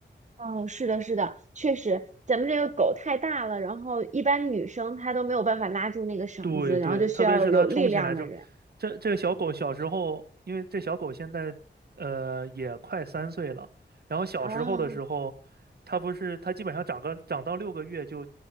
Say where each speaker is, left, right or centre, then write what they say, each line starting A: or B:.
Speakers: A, on the right; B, on the right.
A: 嗯，是的，是的，确实，咱们这个狗太大了，然后一般女生她都没有办法拉住那个绳子，
B: 对对，
A: 然后就需要有力量的人
B: 特别是它冲起来之后，这这个小狗小时候，因为这小狗现在呃也快三岁了，然后小时候的时候，
A: 啊，
B: 它不是它基本上长个长到六个月就